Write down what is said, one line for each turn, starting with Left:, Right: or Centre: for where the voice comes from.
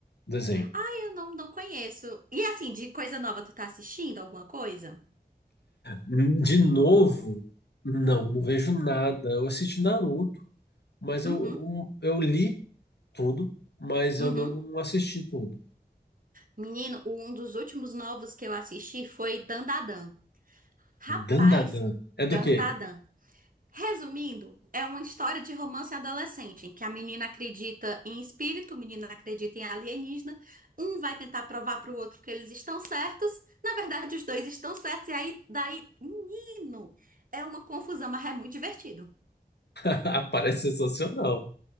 Left: Desenho.
Right: Ai, eu não, não conheço. E assim, de coisa nova, tu tá assistindo alguma coisa?
Left: De novo, não, não vejo nada. Eu assisti Naruto, mas eu,
Right: Uhum,
Left: um, eu li tudo, mas eu
Right: uhum.
Left: não assisti tudo.
Right: Menino, um dos últimos novos que eu assisti foi Dandadan. Rapaz,
Left: Dandadan.
Right: Dandadan.
Left: É do quê?
Right: Resumindo, é uma história de romance adolescente, em que a menina acredita em espírito, o menino acredita em alienígena, um vai tentar provar pro outro que eles estão certos, na verdade os dois estão certos, e aí daí, menino, é uma confusão, mas é muito divertido.
Left: <laughs> Parece sensacional.